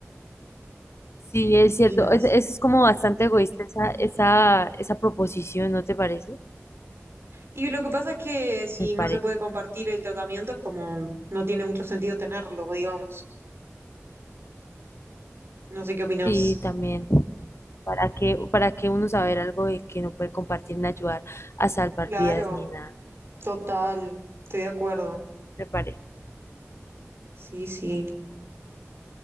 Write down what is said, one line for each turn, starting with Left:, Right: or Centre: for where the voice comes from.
Left: Sí, es
Right: opino
Left: cierto. Es,
Right: es.
Left: es como bastante egoísta esa, esa, esa proposición, ¿no te parece?
Right: Y lo que pasa es que si
Left: Me parece.
Right: no se puede compartir el tratamiento es como, no tiene mucho sentido tenerlo, digamos. No sé qué opinás.
Left: Sí, también. ¿Para qué, para qué uno saber algo de que no puede compartir ni ayudar a salvar
Right: Claro,
Left: vidas ni nada?
Right: total, estoy de acuerdo.
Left: Me parece.
Right: Sí, sí.